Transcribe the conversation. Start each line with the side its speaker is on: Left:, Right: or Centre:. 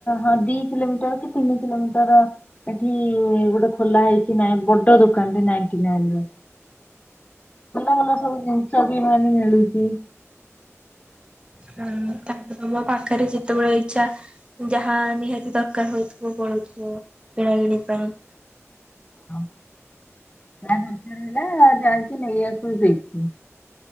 Left: ହଁ ଦି କିଲୋମିଟର କି ତିନି କିଲୋମିଟର ଏଠି ଗୋଟେ ଖୋଲା ହେଇଛି ନାଇଁ ବଡ ଦୋକାନ ଟେ ନାଇଣ୍ଟି ନାଇନ୍ ର। ଭଲ ଭଲ ସବୁ ଜିନିଷ ବି ମାନେ ମିଳୁଚି
Right: ହଁ ତାପରେ ତମ ପାଖରେ ଯେତେବେଳେ ଇଚ୍ଛା ଯାହା ନିହାତି ଦରକାର ହୋଇଥିବ ପଳଉ ଓ କିଣାକିଣି ପାଇଁ
Left: ଜବ ଦରକାର ହେଲା ଆ ଯାଇକି ନେଇ ଆସୁଥିବ ସେଇଠୁ।